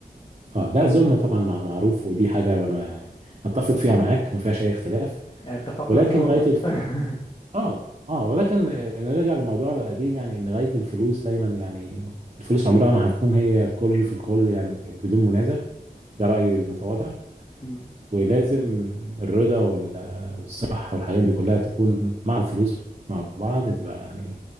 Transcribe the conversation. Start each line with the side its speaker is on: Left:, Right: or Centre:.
Right: اه لا الذم طبعا مع- معروف ودي حاجة ما ما- أتفق فيها معاك ما فيهاش أي اختلاف
Left: يعني اتفقنا
Right: ولكن
Left: في نقطة
Right: غاية
Left: <laughs>
Right: اه اه ولكن نرجع لموضوعنا القديم يعني ان غاية الفلوس دايما يعني الفلوس عمرها ما هتكون هي الكل في الكل يعني بدون منازع ده رأيي المتواضع
Left: مم.
Right: ولازم الرضا وال- والصحة والحاجات دي كلها تكون مع الفلوس مع بعض تبقى يعني